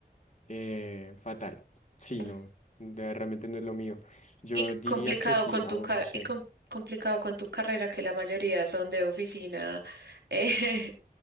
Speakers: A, on the left; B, on the right.
A: eh, fatal. Sí,
B: ujú.
A: no, de- realmente no es lo mío. Yo
B: Y
A: diría
B: complicado
A: que sí,
B: con
A: aún
B: tu ca-
A: no sé.
B: y com- complicado con tu carrera, que la mayoría son de oficina eh,